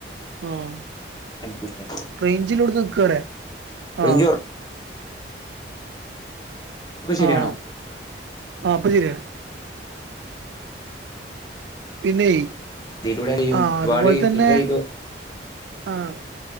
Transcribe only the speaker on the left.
നമുക്ക് കിട്ടാ
റേഞ്ച്
കൊറ ശരിയാണോ
ഇതിലൂടെനിയും
ഒരുപാട്
പിന്നായിരിക്കും